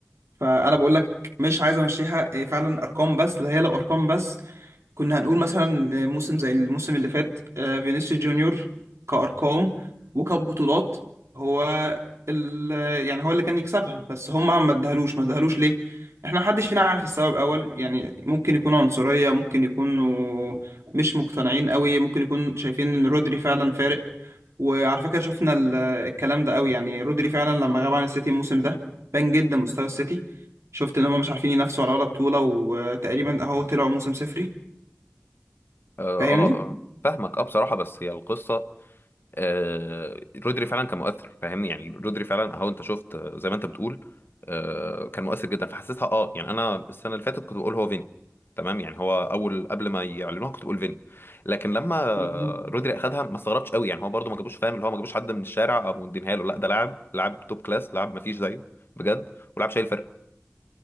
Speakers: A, on the right; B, on the left.
A: فانا بقول لك مش عايز امشيها إيه، فعلا ارقام بس لا هي لا ارقام بس كنا هنقول مثلا موسم زي الموسم اللي فات آه، فينيسيوس جونيور كأرقام وكبطولات هو ال يعني هو اللي كان يكسبها بس هم ما ادهلوش ما ادهلوش ليه؟ احنا محدش فينا عارف السبب اول يعني ممكن يكون عنصرية ممكن يكونوا مش مقتنعين قوي ممكن يكون شايفين ان رودري فعلا فارق وعلى فكرة شفنا ال- الكلام ده قوي يعني رودري فعلا لما غاب عن السيتي الموسم ده بان جدا مستوى السيتي شفت ان هم مش عارفين ينافسوا على ولا بطولة وتقريبا اهو طلعوا موسم صفري
B: اه
A: فاهمني
B: اه آه. فاهمك اه بصراحه بس هي القصه آه رودري فعلا كان مؤثر فاهمني يعني رودري فعلا اهو انت شفت آه، زي ما انت بتقول آه كان مؤثر جدا فحسيتها اه يعني انا السنه اللي فاتت كنت بقول هو فيني تمام يعني هو اول قبل ما يعلنوها كنت بقول فيني لكن لما
A: بالظبط
B: رودري اخدها ما استغربتش قوي يعني هو برده ما جابوش فاهم اللي هو ما جابوش حد من الشارع او مدينها له لا ده لاعب لاعب توب كلاس لاعب ما فيش زيه بجد ولاعب شايل فرقه